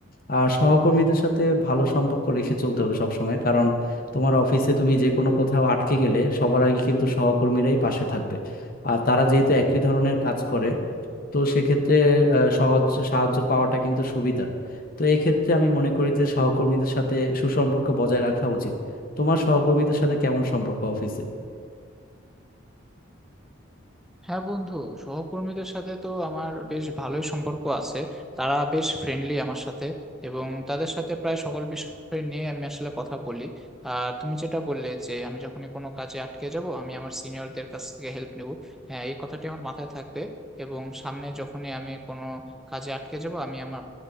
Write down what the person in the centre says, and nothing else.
হ্যাঁ বন্ধু সহকর্মীদের সাথে তো আমার বেশ ভালোই সম্পর্ক আছে তারা বেশ ফ্রেন্ডলি আমার সাথে এবং তাদের সাথে প্রায় সকল বিষয় নিয়ে আমি আসলে কথা বলি আর তুমি যেটা বললে যে আমি যখনই কোনো কাজে আটকে যাব আমি আমার সিনিয়রদের কাছ থেকে হেল্প নেব হ্যাঁ এই কথাটি আমার মাথায় থাকবে এবং সামনে যখনই আমি কোনো কাজে আটকে যাব আমি আমার